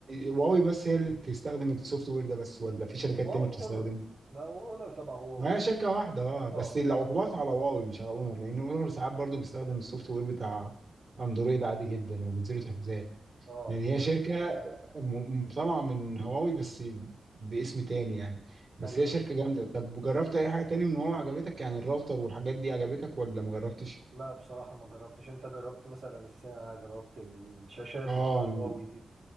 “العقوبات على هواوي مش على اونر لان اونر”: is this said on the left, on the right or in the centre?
Right